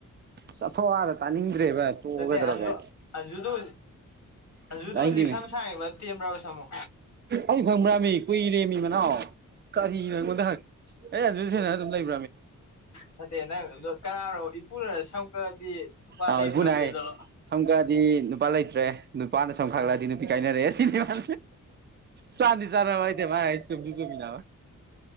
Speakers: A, on the right; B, on the left.
A: ꯆꯠꯊꯣꯛ ꯑꯗ ꯇꯥꯅꯤꯡꯗ꯭ꯔꯦꯕ ꯇꯣꯛꯒꯗ꯭ꯔꯒ
B: ꯅꯠꯇꯦ ꯑꯟꯖꯨ ꯑꯟꯖꯨꯗꯨ ꯑꯟꯖꯨꯗꯨ
A: ꯀꯗꯅꯦ
B: ꯍꯧꯖꯤꯛ ꯁꯝ ꯁꯥꯡꯉꯤꯕ ꯇꯦꯟꯕ꯭ꯔꯕ ꯁꯝꯃꯣ
A: ꯑꯩ ꯐꯪꯕ꯭ꯔꯥꯃꯤ ꯀꯨꯏꯔꯦꯃꯤ ꯃꯅꯥꯎ ꯀꯔꯤꯅꯣ ꯑꯩꯉꯣꯟꯗ ꯑꯦ ꯑꯗꯨ ꯁꯟꯅ ꯑꯗꯨꯝ ꯂꯩꯕ
B: ꯐꯠꯇꯦ ꯅꯪ ꯀꯅꯥꯅꯣ ꯏꯄꯨꯅ ꯁꯪ ꯗꯤ ꯊꯨꯄꯥꯂꯥꯏꯇ꯭ꯔ
A: ꯑꯥꯎ ꯏꯄꯨꯅ
B: ꯃꯗꯣ
A: ꯍꯥꯏ ꯁꯝ ꯈꯛꯑꯗꯤ ꯅꯨꯄꯥ ꯂꯩꯇ꯭ꯔꯦ ꯅꯨꯄꯥꯅ ꯁꯝꯈꯠꯂꯛꯑꯗꯤ ꯅꯨꯄꯤ ꯀꯥꯏꯅꯔꯦ ꯑꯁꯤꯅꯤ ꯃꯥ ꯆꯥꯟꯅꯤ ꯆꯥꯟꯗ ꯏꯗꯤ ꯃꯥꯅ ꯍꯥꯏ ꯆꯖꯃꯤꯅꯥ